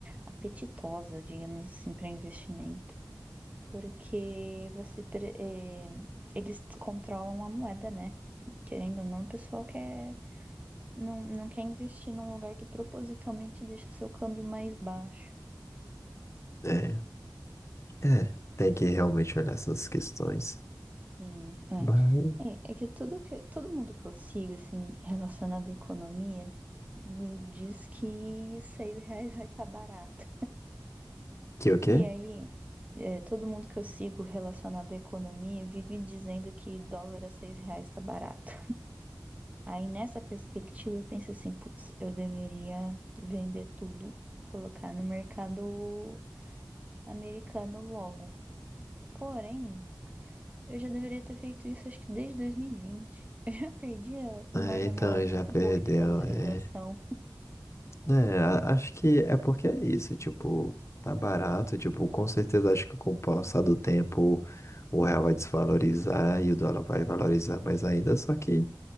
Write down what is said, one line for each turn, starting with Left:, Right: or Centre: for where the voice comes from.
Right: apetitosa, digamos assim, para investimento. Porque você, pre- eh, eles controlam a moeda, né? Querendo ou não, o pessoal quer, não, não quer investir num lugar que propositalmente deixa seu câmbio mais baixo.
Left: É, é, tem que realmente olhar essas questões.
Right: Sim, é.
Left: Mas
Right: É, é que tudo que todo mundo que eu sigo, assim, relacionado à economia, hum, diz que seis reais vai estar barato.
Left: que o quê?
Right: E aí, é, todo mundo que eu sigo relacionado à economia vive dizendo que dólar a seis reais está barato. Aí nessa perspectiva eu penso assim, putz, eu deveria vender tudo, colocar no mercado americano logo. Porém, eu já deveria ter feito isso acho que desde 2020. Eu já perdi a- uma
Left: É,
Right: janela
Left: então já
Right: muito
Left: perdeu,
Right: boa de valorização.
Left: é. É, a- acho que é porque é isso, tipo, tá barato, tipo, com certeza acho que com o passar do tempo o real vai desvalorizar e o dólar vai valorizar mais ainda, só que